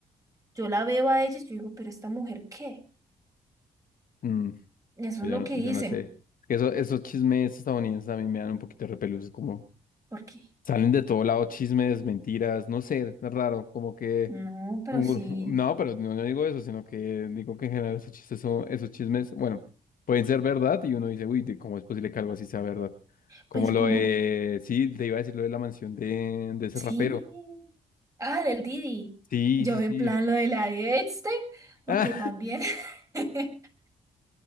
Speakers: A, on the right; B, on the left.
A: Yo la veo a ella y yo digo, pero esta mujer, ¿qué?
B: Mm,
A: Y eso
B: pues
A: es lo
B: yo no,
A: que
B: yo
A: dicen.
B: no sé. Es que eso, esos chismes estadounidenses a mí me dan un poquito de repelús, como
A: Porque,
B: salen de todo lado chismes, mentiras, no sé, es raro, como que
A: no, pero
B: Ur-
A: sí,
B: No, pero no, no digo eso, sino que digo que en general esos chistes son, esos chismes, bueno, pueden ser verdad y uno dice, uy, de- ¿cómo es posible que algo así sea verdad? Como
A: pues como,
B: lo de, sí, te iba a decir lo de la mansión de, de ese
A: sí.
B: rapero.
A: Ah, del Didi.
B: Sí,
A: Yo
B: sí,
A: en
B: sí.
A: plan lo de la de Epstein, porque
B: Ah,
A: también. <laughs>